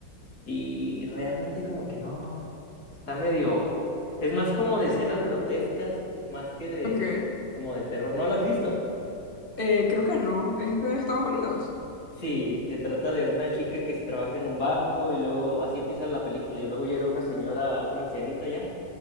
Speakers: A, on the left; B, on the left.
A: y realmente como que no, está medio... Es más como de escenas grotescas, más que de
B: ok.
A: como de terror. ¿No lo has visto?
B: Eh, creo que no, es de Estados Unidos.
A: Sí, se trata de una chica que trabaja en un banco y luego así empieza la película y luego llega una señora, una ancianita ya.